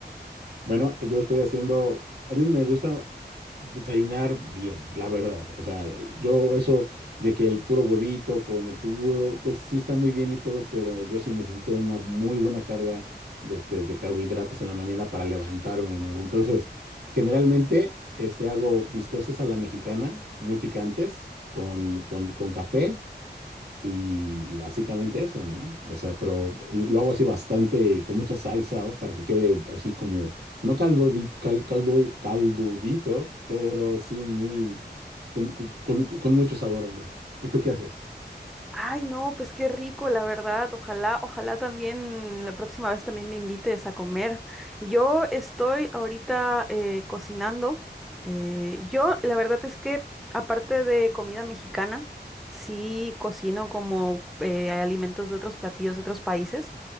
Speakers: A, on the right (about 65°); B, in the centre.
A: Bueno, yo estoy haciendo, a mí me gusta desayunar bien, la verdad. O sea, yo eso de que el puro huevito con el jugo, pues sí está muy bien y todo, pero yo sí necesito una muy buena carga de, este, de carbohidratos en la mañana para levantarme, ¿no? Entonces, generalmente este, hago bisteces a la mexicana, muy picantes, con, con, con café. y, y básicamente eso, ¿no? O sea, pero lo hago así bastante, con mucha salsa, para que quede así como, no caldodi- cal- caldo, caldudito, pero sí muy, con, con- con mucho sabor, hombre. ¿Y tú qué haces?
B: Ay, no, pues qué rico, la verdad. Ojalá, ojalá también la próxima vez también me invites a comer. Yo estoy ahorita eh, cocinando. Eh, yo, la verdad es que aparte de comida mexicana, sí cocino como eh, alimentos de otros platillos de otros países.